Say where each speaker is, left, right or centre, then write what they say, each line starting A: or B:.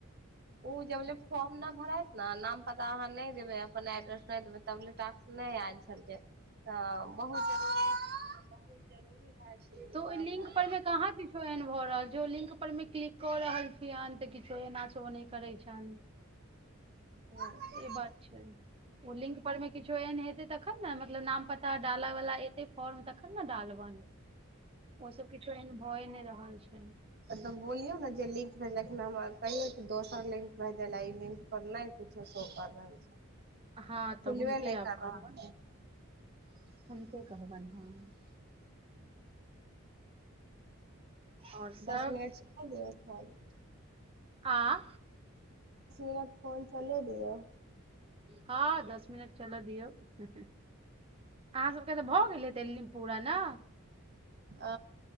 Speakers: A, on the right; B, on the right.
A: ओ जबले फॉर्म नहि भरात ने नाम पता अहाँ नहि देबै अपन एड्रेस नहि देबै तबले टास्क नहि आयल छल तऽ बहुत जरूरी बहुत जरूरी भए छलै ओ
B: तऽ ओइ
A: फॉर्म
B: लिंक
A: भरनाइ
B: पर मे कहाँ बि किछो एहन भऽ रहल छै ओ लिंक पर मे क्लिक कऽ रहल छियनि तऽ किछो एना छै ओ नहि करैत छनि
A: हँ
B: से बात छै ओ लिंक परमे किछु किछो एहन हेते तखन ने मतलब नाम पता डालऽ वाला एतै फार्म तखन न डालबन ओ सब किछो एहन भए नहि रहल छै
A: मतलब बोलियौ ने जे लिंक भेजलखिन हमरा कहियौ कि दोसर लिंक भेजे ले ई लिंक नहि कछो कर रहल छै
B: हँ तऽ
A: खुलबे
B: हुनके
A: नहि
B: आब
A: कर
B: कहबनि
A: रहल छै
B: हुनके कहबनि हँ आओर सब
A: दस मिनट समय दियौ परत
B: आ
A: मिनट फोन चलेब यौ
B: हँ दस मिनट चलऽ दियौ अहाँ सभके तऽ भऽ गेल हेतै पूरा ने
A: आ